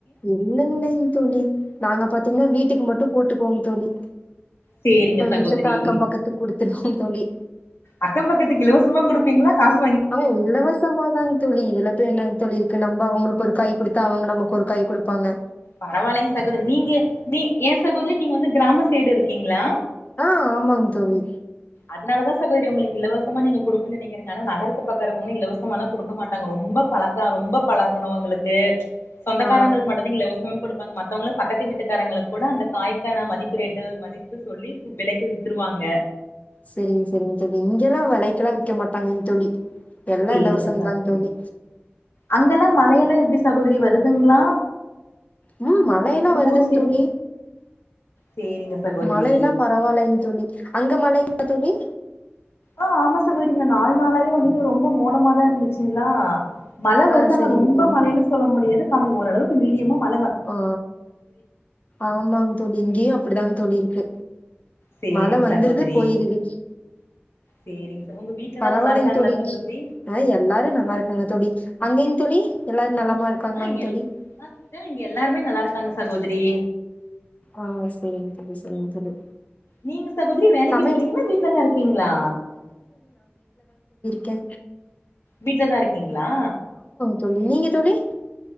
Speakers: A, on the left; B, on the left.
A: இல்லைங் இல்லைங் தோழி நாங்க பாத்தீங்னா வீட்டுக்கு மட்டு போட்டுக்குவோங் தோழி
B: சேரிங்க
A: அப்றோ
B: சகோதரி
A: மிச்சத்த அக்கம் பக்கத்துக்கு குடுத்துருவோங் தோழி
B: அக்கம் பக்கத்துக் இலவசமா குடுப் பீங்ளா காஸ்
A: நாங்க இலவசமாதாங் தோழி இதுல போய் என்னங் தோழி இர் க்கு நம்ப அவுங்களுக்கு ஒரு காய் குடுத்தா அவங்க நமக்கு ஒரு காய் குடுப்பாங்க
B: பரவால்லைங் சகோதரி நீங்க நீ எ சகோதரி நீங்க வந்து கிராம சைடு இருக்கீங்ளா
A: ஆ ஆமாங் தோழி
B: அதனாலதா சகோதரி உங்களுக்கு இலவசமா நீங்க கொடுக்கன்னு நெனைக்கிறீங்க ஆனா நகரத்து பக்கம் இருக்கவங்க இலவசமாலெ குடுக்க மாட்டாங்க ரொம்ப பழக்க ரொம்ப பழகணுவங்களுக்கு சொந்தக்காரங்களுக்கு
A: ஆ
B: மட்டுந்தா இங்க இலவசம் கொடுப்பாங்க மத்தவங்களா பக்கத்து வீட்டுக்காரங்களுக் கூட அந்த காய்கான மதிப்பு ரேட்டு மதிப்பு சொல்லி வெலைக்கு வித்துருவாங்க
A: செரிங் செரிங்க தோழி இங்கெல்லா வெலைக்கெல்லா விக்க மாட்டாங்க தோழி எல்லா
B: சேரிங்க
A: இலவசம்தாங்க
B: சகோதரி
A: தோழி
B: அங்கெல்லா மழையெல்லா எப்டி சகோதரி வருதுங்களா
A: ம் மழையெல்லா
B: உங்க
A: வருதுங்க
B: ஊர் சைடு
A: தோழி
B: சேரிங்க சகோதரி
A: மழையெல்லா பரவாயில்லைங்க தோழி அங்க மழைங் க தோழி
B: ஆ ஆமா சகோதரி இங்க நாளு நாளாவே வந்துட்டு ரொம்ப மோடமாதா இருந்துச்சுங்களா மழை
A: ஆ
B: வருது
A: செரிங்க
B: ஆனா ரொம்ப
A: தோழி
B: மழைன்னு சொல்ல முடியாது கம்மி ஓரளவுக் மீடியமா ம
A: அ ஆமாங் தோழி இங்கேயு அப் அப்பிடிதாங் தோழி இருக்கு
B: சேரிங்
A: மழை வந்துருது
B: சகோதரி
A: போயிருது
B: சேரிங் ச உங்க வீட்ல எல்லா
A: பரவாயில்லைங்
B: நல்லா இருக்காங்களா
A: தோழி
B: சகோதரி
A: அ எல்லாரு நல்லாருக்காங்க தோழி அங்கேயும் தோழி எல்லா நலமாருக்காங்களா
B: ஆ இங்க
A: தோழி
B: எல் ஆ ஆ இங்க எல்லாருமே நல்லாருக்காங்க சகோதரி
A: ஆ செரிங் தோழி செரிங் தோழி
B: நீங்க சகோதரி வேலைக்கு
A: சமை
B: போறீங்ளா வீட்லதா இருக்கீங்ளா
A: கே
B: வீட்டு்லதா இருக்கீங்ளா
A: தோழி நீங்க தோழி